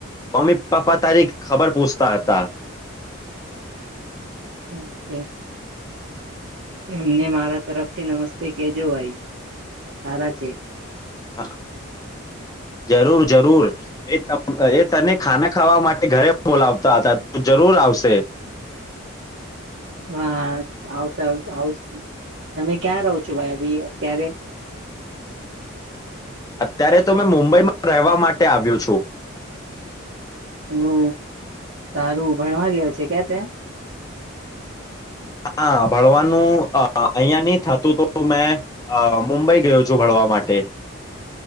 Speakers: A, on the left; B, on the right.
A: મમ્મી પપ્પા તારી ખબર પૂછતા હતા
B: હમ છે. એમને મારા તરફથી નમસ્તે કેજો ભાઈ સારા છે.
A: હા જરૂર જરૂર એ એ તને ખાના ખાવા માટે ઘરે બોલાવતા હતા ત જરૂર આવશે
B: હા આવતા આવ તમે ક્યાં રહો છો ભાઈ અભી અત્યારે
A: અત્યારે તો મેં મુંબઈમાં રહેવા માટે આવ્યું છું.
B: હમ સારું ભણવા ગયા છે ક્યા ત્યાં
A: હા ભણવાનું અ અહિયાંયા નહી થતું તો મેં અ મુંબઈ ગયો છું ભણવા માટે